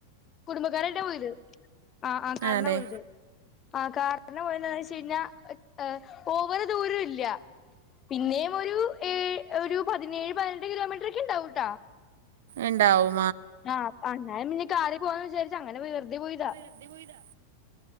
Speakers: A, on the left; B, on the right.
A: കുടുംബക്കാരായിട്ടാ പോയത് ആ ആ കാറിനാ
B: അതെ
A: പോയത് ആ കാറിനാ പോയ ന്നെച്ച <unintelligible> ഏഹ് ഓവറ് ദൂരോല്ല പിന്നെയും ഒരു ഏഹ് ഒരു പതിനേഴ് പതിനെട്ട് കിലോമീറ്ററൊക്കെണ്ടാവൂട്ടോ
B: ഇണ്ടാവും
A: ആഹ് അന്നായും പിന്നെ കാറി പോവാന്ന് വിചാരിച്ചു അങ്ങനെ വെറുതെ പോയതാ
B: വെറുതെ പോയത